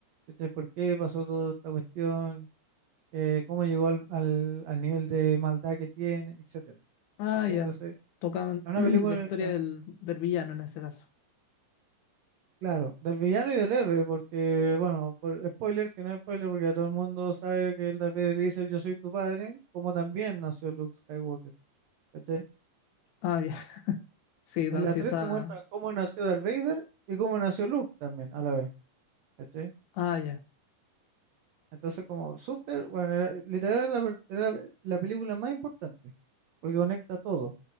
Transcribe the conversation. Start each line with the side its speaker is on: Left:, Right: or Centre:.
Right: ¿cachai? por qué pasó toda esta cuestión, eh, cómo llegó al, al, al nivel de maldad que tiene, etcétera.
Left: Ah,
Right: ¿cachai?
Left: ya.
Right: Entonces,
Left: Tocan
Right: es una
Left: <clears throat> la
Right: película,
Left: historia
Right: es una-
Left: del, del villano en ese caso.
Right: claro, del villano y del héroe, porque, bueno, por spoiler, que no es spoiler, porque ya todo el mundo sabe que el Darth Vader le dice, yo soy tu padre, como también nació Luke Skywalker, ¿cachai?
Left: Ah, ya. <laughs> Sí, no,
Right: En la
Left: sí,
Right: 3
Left: esa.
Right: te muestran cómo nació Darth Vader y cómo nació Luke también a la vez, ¿cachai?
Left: Ah, ya.
Right: Entonces como súper, bueno, era- literal era la, per- era la película más importante, porque conecta todo,